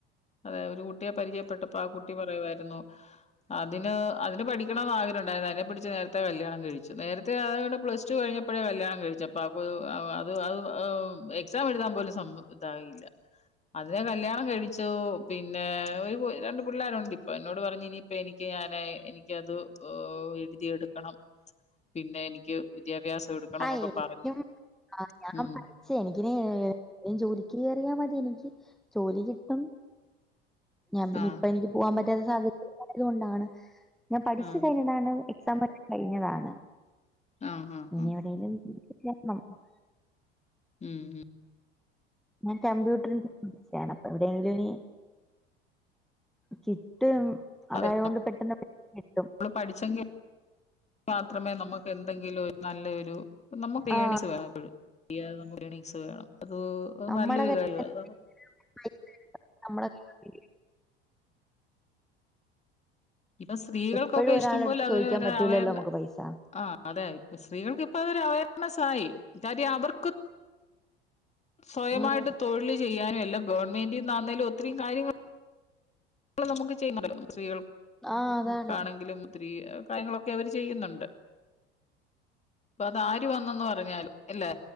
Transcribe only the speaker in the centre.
ആഹ്
എനിക്കും
ആ ഞാൻ
പഠിച്ച് എനിക്കിനി ജോലിക്ക് കേറിയാ മതി. എനിക്ക് ജോലി കിട് ട്ടും ഞാൻ പിന്നിപ്പൊ
എനിക്ക് പോവാൻ പ റ്റാത് സാഹചര്യായത്കൊണ്ടാണ് ഞാൻ പഠിച്ചു
കഴിഞ്ഞതാണ്. ഇപ് <unintelligible> കഴിഞ്ഞതാണ്.
ഇനി
എവിടെലും <unintelligible>
ഞ കമ്പ്യൂട്ടർ ച്ചാണ് അപ്പൊ എവിടേങ്കിലും ഇനി കി റ്റ്ലോ അതായോണ്ട്
പെട്ടെന്ന് <unintelligible> ട്ടും
ആഹ്
നമ്മടെ
കയ്യില്
പൈസ നമ്മടെ കയ്യില്
എപ്പഴും ഒരാളടുത്ത്
ചോദിക്കാൻ പറ്റൂലല്ലോ നമുക്ക് പൈസ
ഉം
ആഹ് അതാണ്